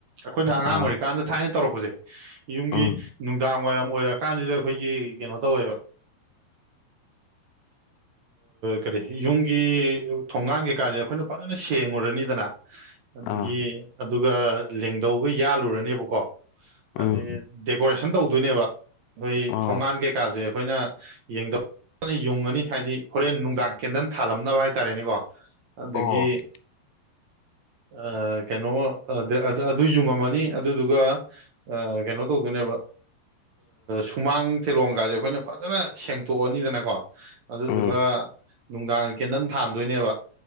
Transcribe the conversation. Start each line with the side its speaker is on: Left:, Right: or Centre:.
Right: ꯑꯩꯈꯣꯏꯅ ꯑꯉꯥꯡ
Left: ꯑꯥ
Right: ꯑꯣꯏꯔꯤꯀꯥꯟꯗ ꯊꯥꯏꯅ ꯇꯔꯛꯄ ꯍꯧꯖꯦ <unintelligible> ꯌꯨꯝꯒꯤ
Left: ꯎꯝ
Right: ꯅꯨꯡꯗꯥꯡ ꯋꯥꯏꯔꯝ ꯑꯣꯏꯔꯛꯀꯥꯟꯁꯤꯗ ꯑꯩꯈꯣꯏꯒꯤ ꯀꯩꯅꯣ ꯇꯧꯋꯦꯕ ꯀꯔꯤ ꯌꯨꯝꯒꯤ ꯊꯣꯡꯒꯥꯡ ꯀꯩꯀꯥꯟꯁꯦ ꯑꯩꯈꯣꯏꯅ ꯐꯖꯅ ꯁꯦꯡꯉꯨꯔꯅꯤꯗꯅ ꯑꯗꯒꯤ
Left: ꯑꯥ
Right: ꯑꯗꯨꯒ ꯂꯦꯡꯗꯧꯕ ꯌꯥꯜꯂꯨꯔꯅꯦꯕꯀꯣ
Left: ꯎꯝ
Right: ꯑꯗꯩ ꯗꯦꯀꯣꯔꯦꯁꯟ ꯇꯧꯗꯣꯏꯅꯦꯕ ꯑꯩꯈꯣꯏ
Left: ꯑꯣ
Right: ꯊꯣꯡꯒꯥꯟ ꯀꯩꯀꯥꯁꯦꯕ ꯑꯩꯈꯣꯏꯅ ꯌꯦꯡꯗꯧ ꯌꯨꯡꯉꯅꯤ ꯍꯥꯏꯗꯤ ꯍꯣꯔꯦꯟ ꯅꯨꯡꯗꯥꯡ ꯀꯦꯟꯗꯟ ꯊꯥꯜꯂꯝꯅꯕ ꯍꯥꯏꯇꯥꯔꯦ ꯔꯦꯅꯦꯀꯣ ꯑꯗꯒꯤ
Left: ꯑꯣ
Right: ꯑ ꯀꯩꯅꯣ ꯑꯗꯨ ꯌꯨꯡꯉꯝꯃꯅꯤ ꯑꯗꯨꯗꯨꯒ ꯀꯩꯅꯣ ꯇꯧꯗꯣꯏꯅꯦꯕ ꯁꯨꯃꯥꯡ ꯇꯤꯂꯣꯡꯒꯥꯁꯦ ꯑꯩꯈꯣꯏꯅ ꯐꯖꯅ ꯁꯦꯡꯇꯣꯛꯑꯅꯤꯗꯅꯀꯣ ꯑꯗꯨꯗꯨꯒ
Left: ꯎꯝ
Right: ꯅꯨꯡꯗꯥꯡꯗ ꯀꯦꯟꯗꯜ ꯊꯥꯟꯗꯣꯏꯅꯦꯕ